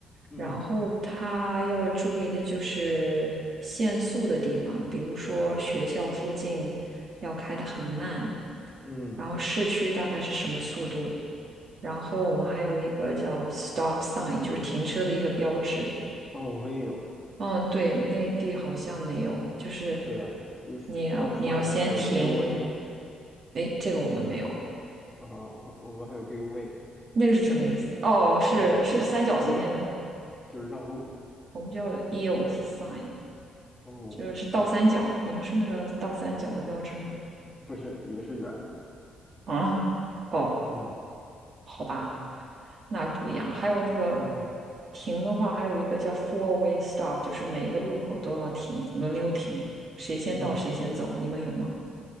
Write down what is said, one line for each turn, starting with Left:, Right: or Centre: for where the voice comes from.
Left: 嗯
Right: 然后他要注意的就是限速的地方，比如说学校附近要开得很慢，
Left: 嗯，
Right: 然后市区大概是什么速度？然后我们还有一个叫 stop sign，就是停车的一个标志。
Left: 哦，我们也有，
Right: 嗯，对，内地好像没有，就是
Left: 是啊有 stop
Right: 你要你要先停。
Left: sign，还有 give way
Right: 诶，这个我们没有，
Left: 啊，我们还有 give way，
Right: 那个是什么意思？哦，是是三角形那个吗？
Left: 就是让让路，就是让路。
Right: 我们叫 yield sign，
Left: 哦，
Right: 就是是倒三角。
Left: 哦
Right: 你们是那个倒三角的标志吗？
Left: 不是，也是圆的。
Right: 啊，哦，
Left: 嗯
Right: 好吧，那不一样。还有那个
Left: 嗯
Right: 停的话，还有一个叫 four way stop，就是每一个路口都要停，轮流停，谁先到谁先走。
Left: 嗯。
Right: 你们有吗？